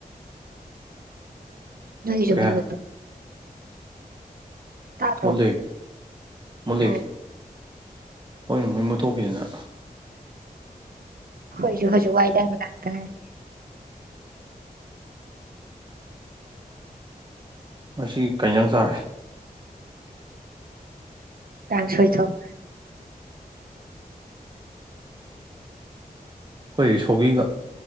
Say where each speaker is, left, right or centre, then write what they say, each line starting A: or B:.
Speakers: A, on the right; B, on the right.
A: ꯅꯪꯒꯤꯖꯨ
B: ꯀꯩ
A: ꯃꯩ
B: ꯍꯥꯏ
A: ꯃꯨꯠꯄ ꯇꯥꯗꯔꯣ
B: ꯃꯨꯠꯂꯦ ꯃꯨꯠꯂꯦ
A: ꯑꯣ
B: ꯍꯣꯏ ꯃ ꯃꯩ ꯃꯨꯊꯣꯛꯈꯤꯗꯅ
A: ꯍꯣꯏꯁꯨ ꯍꯣꯢꯁꯨ ꯋꯥꯏꯗ <unintelligible>
B: ꯃꯁꯤ ꯀꯩ ꯍꯦꯟꯖꯥꯡ ꯆꯔꯦ
A: ꯇꯥꯡꯁꯣꯏ ꯊꯣꯡ -
B: ꯑꯩꯈꯣꯏ ꯁꯧꯒꯤꯒ